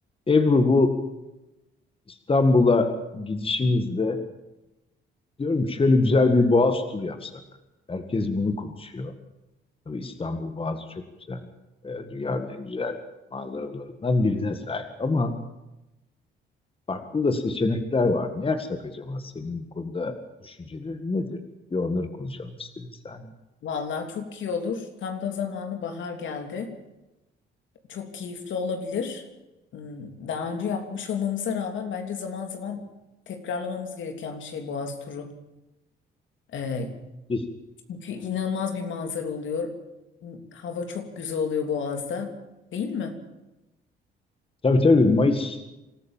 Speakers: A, on the left; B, on the left.
A: Ebru bu İstanbul'a gidişimizde diyorum şöyle güzel bir Boğaz turu yapsak. Herkes bunu konuşuyor. Tabii İstanbul Boğazı çok güzel. Ee, dünyanın en güzel manzaralarından birine sahip. Ama farklı da seçenekler var. Ne yapsak acaba? Senin bu konuda düşüncelerin nedir? Bir onları konuşalım istedim seninle.
B: Vallahi çok iyi olur. Tam da zamanı bahar geldi. Çok keyifli olabilir. Hmm, Daha önce yapmış olmamıza rağmen bence zaman zaman tekrarlamamız gereken bir şey Boğaz turu. Ee,
A: Biz,
B: çünkü inanılmaz bir manzara oluyor. Hmm, Hava çok güzel oluyor Boğaz'da, değil mi?
A: tabii tabii Mayıs'tan